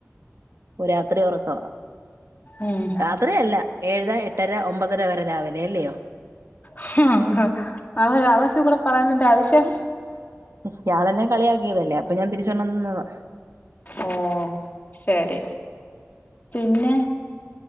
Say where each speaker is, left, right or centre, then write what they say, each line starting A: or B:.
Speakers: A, on the right; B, on the left.
A: ഒഹ് രാത്രി ഉറക്കവാ
B: ഉം
A: രാത്രിയല്ല ഏഴര എട്ടര ഒമ്പതര വരെ രാവിലെ അല്ലയോ
B: ഹും അതെ. അതൊക്കെ ഇവടെ പറയുന്നെൻ്റെ ആവശ്യം
A: ഇയാളെന്നെ കളിയാക്കിയതല്ലേ അപ്പൊ ഞാൻ തിരിച്ചൊരണ്ണം തന്നതാ.
B: ഓഹ് ശരി പിന്നെ,